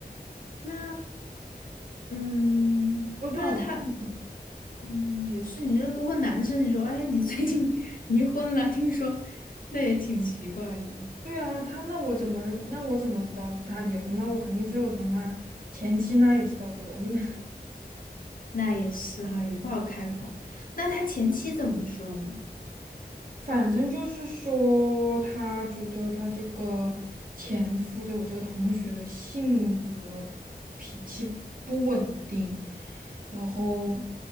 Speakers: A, on the left; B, on the right.
A: 那嗯，
B: 我也不好问。
A: 那他嗯也是，你这个问男生，你说哎，你最近 <laughs> 离婚了，听说，那也挺奇怪的。
B: 对啊，他那我怎么那我怎么知道他离婚？那我肯定只有从他前妻那里知道，对吧？<laughs> 那
A: 那也是哈，也不好开口。那他前妻怎么说呢？
B: 反正就是说，他觉得他这个前夫，就我这个同学的性格、脾气不稳定，然后